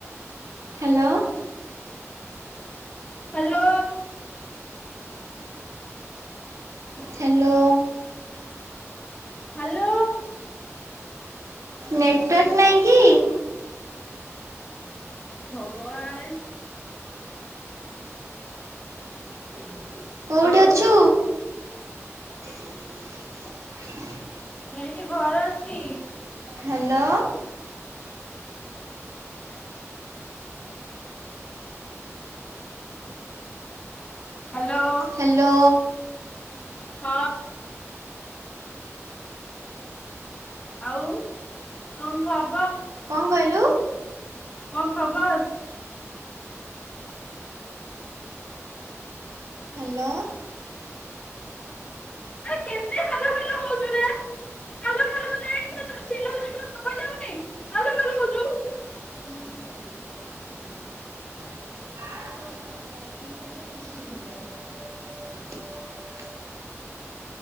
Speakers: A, on the right; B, on the left.
A: ହାଲୋ।
B: ହାଲୋ।
A: ହ୍ୟାଲୋ।
B: ହ। ଲୋ।
A: ନେଟୱାର୍କ ନାହିଁ କି?
B: ଭଗୱାଜ୍।
A: <inaudible> କୋଉଠି
B: ଆଉ
A: ଅଛୁ? <inaudible>
B: ମୁଁ ଏଇଠି ଘରେ ଅଛି।
A: ହ୍ୟାଲୋ।
B: Hello
A: hello.
B: ହ। ଆଉ କଣ ଖ
A: କଣ କହିଲୁ?
B: କଣ ଖବର?
A: ହାଲୋ।
B: ଆରେ କେତେ ବଲ ବଲ ହଉଚୁରେ, ହାଲୋ ହାଲୋ <unintelligible> କେତେ ଚିଲଉଚି ତୋତେ ଶୁଭାଯାଉନି ହାଲୋ ହାଲୋ ହଉଚୁ।
A: <inaudible>